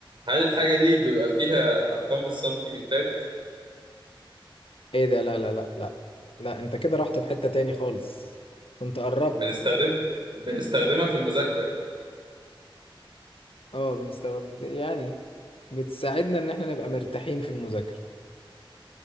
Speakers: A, on the right; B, on the left.
A: هل الحاجة دي بيبقى فيها أرقام السنتيمترات
B: ايه ده لا لا لا لا لا انت كده رحت في حتة تاني خالص كنت قربت
A: بنستخدم بنستخدمها في المذاكرة
B: اه بنستخدم يعني بتساعدنا ان احنا نبقى مرتاحين في المذاكرة